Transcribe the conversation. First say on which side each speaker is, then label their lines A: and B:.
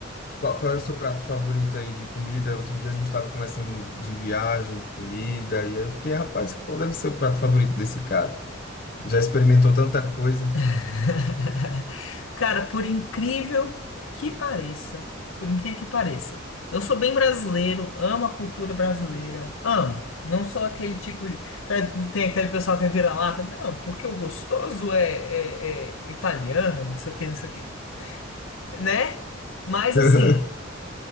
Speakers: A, on the left (about 45°); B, on the left (about 80°).
A: qual, qual é o seu prato favorito aí de comida? Outro dia a gente estava conversando de viagem, de comida, e aí eu fiquei, rapaz, qual deve ser o prato favorito desse cara? Já experimentou tanta coisa.
B: <laughs> Cara, por incrível que pareça, por incrível que pareça, eu sou bem brasileiro, amo a cultura brasileira, amo. Não sou aquele tipo de. sabe, Tem aquele pessoal que é vira-lata. Não, porque o gostoso é, é- é italiano, não sei o que, não sei o que. Né? Mas
A: <laughs>
B: assim,